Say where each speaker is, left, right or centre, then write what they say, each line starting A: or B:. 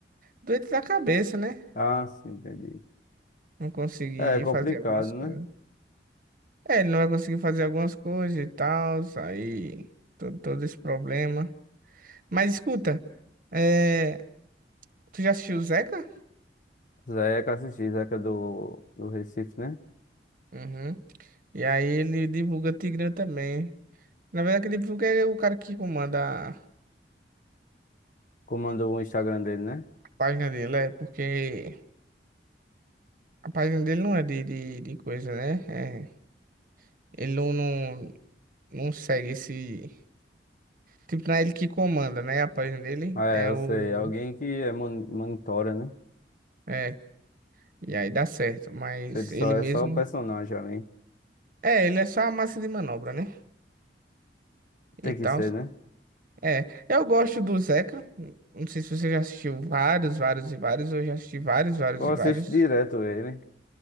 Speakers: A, on the right; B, on the left.
A: Doente da cabeça, né?
B: Ah, sim, entendi.
A: Não conseguir
B: É, é complicado,
A: fazer algumas
B: né?
A: coisas. É, ele não vai conseguir fazer algumas coisas e tal, aí to- todo esse problema. Mas escuta, é, tu já assistiu o Zeca?
B: Zeca assisti, Zeca do, do Recife, né?
A: Uhum. E aí ele divulga Tigrão também. Na verdade, quem divulga é o cara que comanda a
B: Comandou o Instagram dele, né?
A: página dele, é porque a página dele não é de, de, de coisa, né? É, ele não, não, não segue esse. Tipo, não é ele que comanda, né? A página dele
B: Ah, É,
A: é
B: eu
A: o.
B: sei. Alguém que é mon- monitora, né?
A: É, e aí dá certo, mas
B: Ele só
A: ele
B: é
A: mesmo.
B: só o personagem ali.
A: É, ele é só a massa de manobra, né? e
B: Tem
A: tal.
B: que ser, né?
A: É, eu gosto do Zeca. Não sei se você já assistiu vários, vários e vários. Eu já assisti vários, vários
B: Eu
A: e
B: assisto
A: vários.
B: direto ele.